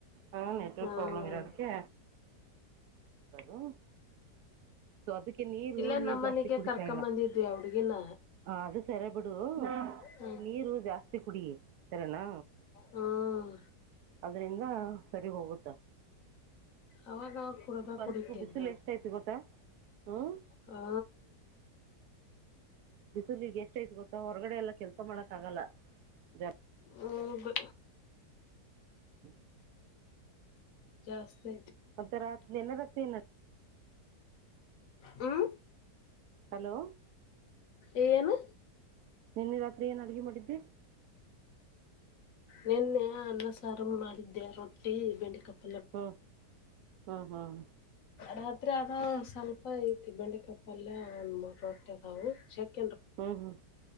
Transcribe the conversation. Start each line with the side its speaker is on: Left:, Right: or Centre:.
Right: ಹ ನೆಟ್ವಕ್
Left: ಹ್ಮ್
Right: ಪ್ರಾಬ್ಲಮ ಇರೋದಕ್ಕೆ ಹಲೋ ಅದಕ್ಕೆ ನೀರು
Left: ಇಲ್ಲೇ
Right: ನೀರ್
Left: ನಮ್ಮನಿಗೆ
Right: ಜಾಸ್ತಿ ಕುಡಿತಾ
Left: ಕರ್ಕೊಂಬಂದಿದ್ವಿ
Right: ಇಲ್ಲ
Left: ಆ ಹುಡ್ಗಿನ
Right: ಅದು ಸರಿ ಬಿಡು
Left: ಹ್ಮ್
Right: ಬಟ್ ನೀರು ಜಾಸ್ತಿ ಕುಡಿ ಸರಿನಾ
Left: ಹ್ಮ್
Right: ಅದ್ರಿಂದ ಸರಿ ಹೋಗುತ್ತ
Left: ಅವಾಗವಾಗ ಕುಡ್ದ ಕುಡಿತೇನೆ
Right: ಅದಕ್ಕೂ ಬಿಸಿಲು ಎಷ್ಟ ಐತಿ ಗೊತ್ತಾ ಹ್ಮ
Left: ಹಾ
Right: ಬಿಸಿೂಲಿ ಈಗ್ ಎಷ್ಟ ಐ್ತ ಗೊತ್ತಾ ಹೊರಗಡೆ ಎಲ್ಲಾ ಕೆಲ್ಸ ಮಾಡಕ್ ಆಗಲ್ಲ ಜ
Left: ಹ್ಮ
Right: ಹ
Left: ಜಾಸ್ತ
Right: ಮಂತ ರಾತ್ರಿ ನೆನ ರಾತ್ರಿ ಏನ
Left: ಹ್ಮ್
Right: ಹಲೋ
Left: ಏಏನು
Right: ನಿನ್ನೆ ರಾತ್ರಿ ಏನು ಅಡುಗೆ ಮಾಡಿದ್ದೆ
Left: ನಿನ್ನೆ ಅನ್ನ ಸಾರಮ್ಮ ಮಾಡಿದ್ದೆ ರೊಟ್ಟಿ ಬೆಂಡ ಕಪ್ಪ
Right: ಹ್ಮ್ ಹ್ಮ್ ಹ್ಮ್
Left: ರಾತ್ರಿ ಅದ ಸ್ವಲ್ಪ ಐತಿ ಬೆಂಡೆ ಕಪ್ಪಲ್ಯ ರೊಟ್ಟಿ ಅದವು ಚಕ್
Right: ಹ್ಮ್ ಹ್ಮ್